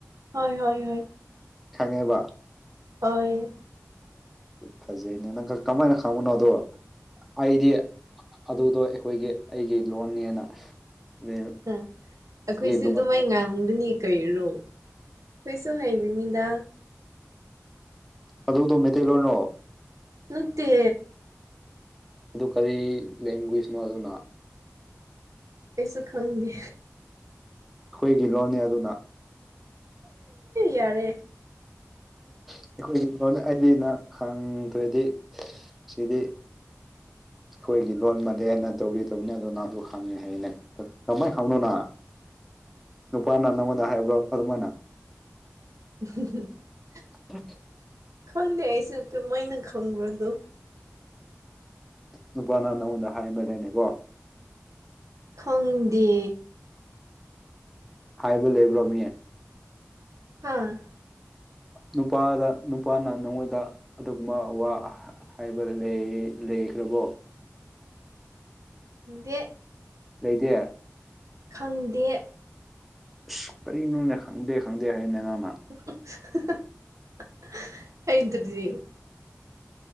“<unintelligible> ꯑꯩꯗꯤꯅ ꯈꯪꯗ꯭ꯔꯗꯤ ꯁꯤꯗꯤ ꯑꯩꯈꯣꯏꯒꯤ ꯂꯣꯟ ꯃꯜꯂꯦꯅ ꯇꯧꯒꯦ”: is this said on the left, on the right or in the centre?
Centre